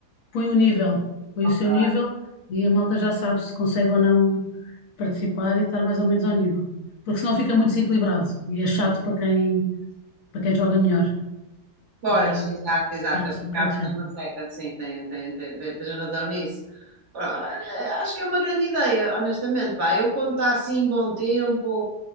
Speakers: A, on the left; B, on the right.
A: põe o nível, põe
B: Ok.
A: o seu nível e a malta já sabe se consegue ou não participar e estar mais ou menos ao nível. Porque senão fica muito desequilibrado e é chato para quem, para quem joga melhor.
B: Pois,
A: Para quem joga melhor,
B: exato, exato,
A: torna-se um bocado
B: cá está
A: chato.
B: uma seca, sim, tem, tem, tem, tem- tens razão nisso. Pá, olha, Acho que é uma grande ideia, honestamente, pá, eu quando está assim, bom tempo. o